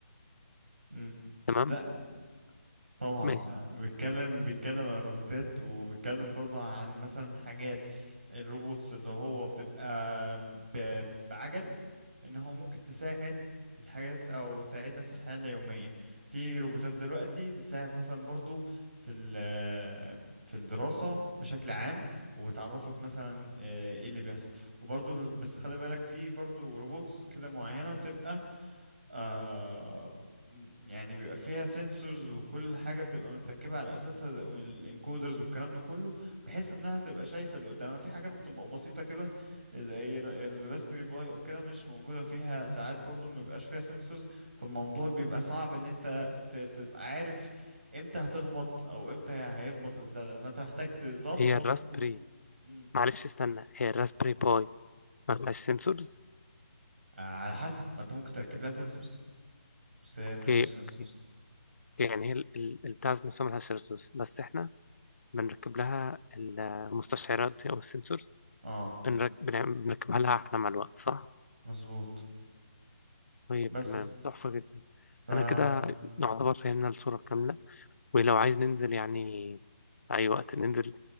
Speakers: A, on the right; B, on the left.
A: مم.
B: تمام
A: لا طبعا
B: ماشي
A: آه، بيتكلم بيتكلم عن الروبوتات وبيتكلم برضو عن مثلا الحاجات الروبوتس اللي هو بتبقى ب- بعجل ان هو ممكن تساعد الحاجات او تساعدنا في الحياة اليومية في روبوتات دلوقتي بتساعد مثلا برضو في ال- في الدراسة بشكل عام وبتعرفك مثلا آه، ايه اللي بيحصل وبرضو بس خلي بالك في برضو روبوتس كده معينة تبقى آه يعني بيبقى فيها سنسورز وكل حاجة بتبقى متركبة على أساسها زي الانكودرز والكلام ده كله بحيث إنها تبقى شايفة اللي قدامها في حاجات بتبقى بسيطة كده زي الراسبيري باي أو كده مش موجودة فيها ساعات برضو ما بيبقاش فيها سنسورز فالموضوع بيبقى صعب إن أنت ت- تبقى عارف إمتى هتخبط أو إمتى هيخبط البتاع ده فأنت محتاج تظبط
B: هي الراسبري
A: كود مم.
B: معلش استنى هي الراسبري باي ما فيهاش سنسورز
A: آه على حسب ما أنت ممكن تركب لها سنسورز بس هي
B: اوكي
A: ملهاش
B: اوكي
A: سنسورز
B: أوكي. يعني هي ال- ال- البتاع ذات نفسها ما فيهاش سنسورز بس احنا بنركب لها المستشعرات دي او السنسورز
A: اه
B: بنرك... بنعمل- بنركبها لها احنا مع الوقت صح
A: مظبوط
B: طيب
A: بس
B: تمام تحفة جدا
A: ف
B: أنا كده اه نعتبر فهمنا الصورة الكاملة ولو عايز ننزل يعني في أي وقت ننزل